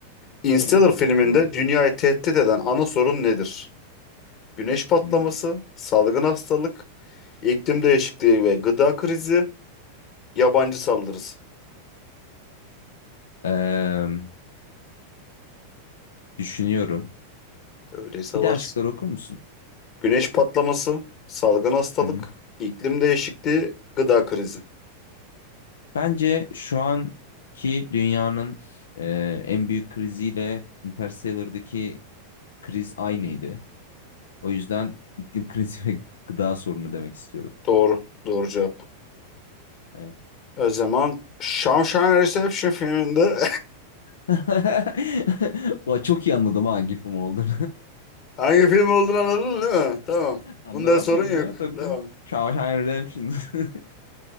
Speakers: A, on the left; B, on the left.
A: Interstellar
B: Yani,
A: filminde
B: doğru.
A: dünyayı tehdit eden ana sorun nedir? Güneş patlaması,
B: Hmm.
A: salgın hastalık, iklim değişikliği ve gıda krizi, yabancı saldırısı.
B: Eee, düşünüyorum.
A: Öyleyse
B: Bir
A: varız.
B: de aşkları okur musun?
A: Güneş patlaması, salgın hastalık,
B: Hı hı.
A: iklim değişikliği, gıda krizi.
B: Bence şu anki dünyanın eee, en büyük kriziyle Interstellar'daki kriz aynıydı. O yüzden iklim krizi <laughs> ve gıda sorunu demek istiyorum.
A: Doğru. Doğru cevap.
B: Evet.
A: O zaman Shawshank Reception filminde
B: <laughs> Ulan çok iyi anladım ha gifim film olduğunu.
A: <laughs> hangi film olduğunu anladın değil mi? Tamam.
B: <laughs> Anlamaz
A: Bunda sorun
B: mıyım
A: yok.
B: ya tabii
A: Tamam.
B: canım. Shawshank Redemption. <laughs>